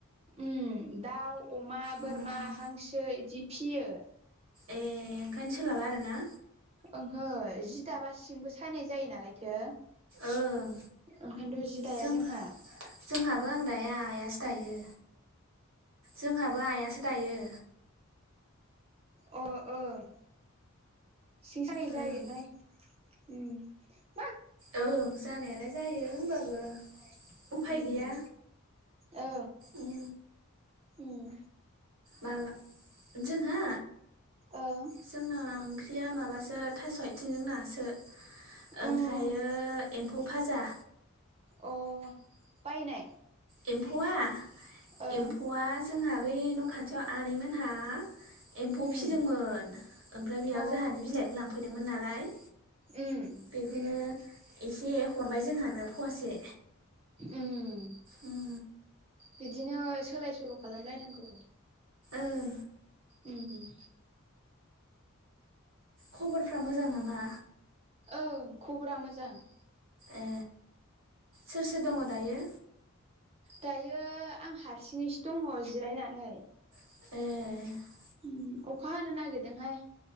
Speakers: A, on the right; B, on the right.
A: उम दाउ, अमा, बोरमा,
B: उम
A: हांसो, इदि फियो
B: ए ओंखाय सोलाबा आरो ना
A: ओंहो जि दाबा सिंबो सानाय जायो नालायथो
B: ओं
A: ओंखायनोथ' जि
B: जों
A: दाया जोंहा
B: जोंहाबो आं दाया आइयासो दायो जोंहाबो आइयासो दायो
A: अ ओं सिं सानाय
B: ओं
A: जायो हायो ओं
B: औ जानायालाय जायो होमबाबो उफाय
A: उम
B: गैया
A: औ
B: उम
A: ओं
B: मा जोंहा
A: ओं
B: जोंना ओंख्रिया माबा ओ थास आथिंजों नासो ओमफ्रायो
A: उम
B: एम्फौ भाजा
A: अ बायनाय
B: एम्फौआ
A: ओं
B: एम्फौआ जोंहा बै न' खाथियाव आनैमोनहा एम्फौ
A: उम
B: फिदोंमोन ओमफ्राय बेयाव
A: अ
B: जोंहानि बिलाइखौ लांफैदोंमोन नालाय
A: उम
B: बेखौनो एसे हरबाय जोंहानो फवासे
A: उम
B: उम
A: बिदिनो सोलाय सोल खालामलायनांगौ
B: ओं
A: उम उम
B: खबरफ्रा मोजां नामा
A: ओं खबरा मोजां
B: ए सोर सोर दङ दायो
A: दायो आं हारसिङैसो दङ जिरायनानै
B: ए
A: ओं अखा हानो नागेरदोंहाय